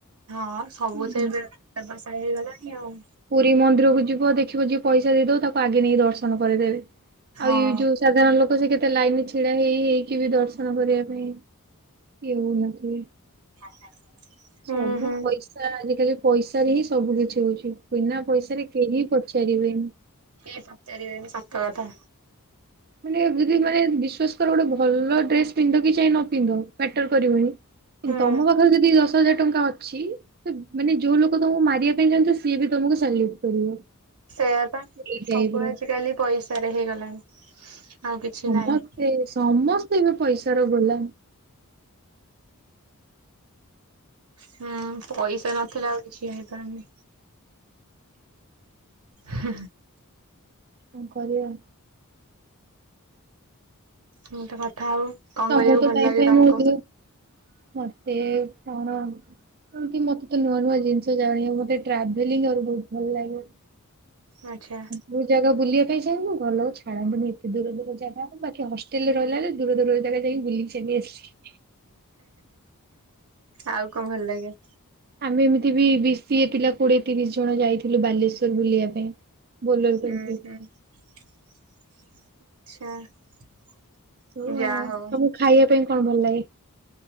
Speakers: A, on the right; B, on the right.
A: ହଁ ସବୁତ
B: ହୁଁ।
A: ଏବେ ବ୍ୟବସାୟ ହେଇଗଲାଣି ଆଉ।
B: ପୁରୀ ମନ୍ଦିରକୁ ଯିବ ଦେଖିବ ଯିଏ ପଇସା ଦେଇଦବ ତାକୁ ଆଗେ ନେଇକି ଦର୍ଶନ କରିଦେବେ
A: ହଁ।
B: ଆଉ ଏଇ ଯୋଉ ସାଧାରଣ ଲୋକ ସେ କେତେ ଲାଇନ ରେ ଛିଡା ହେଇହେଇ ହେଇକି ବି ଦର୍ଶନ କରିବା ପାଇଁ <unintelligible>
A: <unintelligible>
B: ସବୁ
A: ହୁଁ।
B: ପଇସା ଆଜିକାଲି ପଇସା ରେ ହିଁ ସବୁ କିଛି ହୋ ଉଚି। ବିନା ପଇସାରେ କେହି ପଚାରିବେନି।
A: କିଏ ପଚାରିବେନି ସତ କଥା।
B: ମାନେ ଦିଦି ମାନେ ବିଶ୍ୱାସ କର ଗୋଟେ ଭଲ ଡ୍ରେସ ପିନ୍ଧ କି <unintelligible> ନଥିବ ମ୍ୟାଟର କରିବନି। କିନ୍ତୁ
A: ହୁଁ
B: ତମ ପାଖରେ ଯଦି ଦଶ ହଜାର ଟଙ୍କା ଅଛି ତ ମାନେ ଯୋଉ ଲୋକ ତମକୁ ମାରିବା ପାଇଁ ଚାହୁଁଥିବ ସିଏ ବି ତମକୁ ସାଲ୍ୟୁଟ କରିବ।
A: ସେଇଆପା
B: ଏଇ ଟାଇପ
A: ସବୁ
B: ର
A: ଆଜିକାଲି ପଇସାରେ ହେଇଗଲାଣି। ଆଉ କିଛି
B: ସମସ୍ତେ
A: ନାହିଁ।
B: ସମସ୍ତେ ଏବେ ପଇସା ର ଗୋଲାମ।
A: ହୁଁ ପଇସା ନଥିଲେ ଆଉ କିଛି ହେଇପାରୁନି। ହଁ।
B: କଣ କରିବା?
A: ମୁଁ ତ କଥା ଆଉ କଣ
B: ତମକୁ
A: କରିବାକୁ
B: ତ
A: ଭଲ
B: ଟାଇମ
A: ଲାଗେ
B: ପାଇଁ
A: ତମକୁ?
B: ମୁଁ ଟିକେ ମତେ କଣ ସେମତି ମତେ ତ ନୂଆ ନୂଆ ଜିନିଷ ଜାଣିବାକୁ ମତେ ଟ୍ରାଭେଲିଂ <unintelligible> ବୋହୁତ ଭଲ ଲାଗେ।
A: ଆଚ୍ଛା।
B: କୋଉ ଜାଗା ବୁଲିବା ପାଇଁ ଚାହିଁବୁ ଘରଲୋକ ଛାଡା ହବନି ଏତେ ଦୂର ଦୂର ଜାଗା ଆଉ ବାକି ହଷ୍ଟେଲରେ ରହିଲାବେଳେ ଦୂର ଦୂରରେ ଜାଗା ଯାଇଁକି ବୁଲିକି ଚାଲି ଆସିଚି।
A: ଆଉ କଣ ଭଲ ଲାଗେ?
B: ଆମେ ଏମିତି ବି ବି ସିଏ ପିଲା କୋଡିଏ ତିରିଶ ଜଣ ଯାଇଥିଲୁ ବାଲେଶ୍ଵର ବୁଲିବା ପାଇଁ। ବୋଲେର
A: ଉୁଁ
B: କରିକି
A: ହୁଁ ଆଚ୍ଛା।
B: <unintelligible> ତମକୁ
A: ଯାହା ହଉ।
B: ଖାଇବା ପାଇଁ କଣ ଭଲ ଲାଗେ?